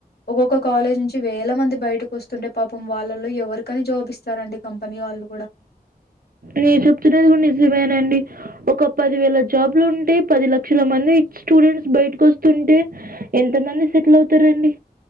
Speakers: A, on the left; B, on the right.
A: ఒక్కొక్క కాలేజ్ నుంచి వేల మంది బయటకు వస్తుంటే పాపం వాళ్ళలో ఎవరికని జాబ్ ఇస్ తారండి కంపెనీ వాళ్లు
B: మీరు చెప్తున్నది కూడ నిజ మేనండి ఒక పది వేల జాబ్లు ఉంటే పది లక్షల మంది స్టూడెంట్స్ బయటకు వస్తుంటే ఎంత మంది సెటిల్ అవుతారండి